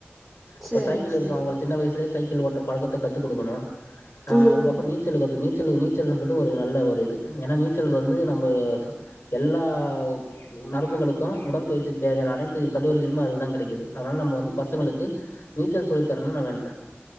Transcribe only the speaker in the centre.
சேரி
சேரி
ம்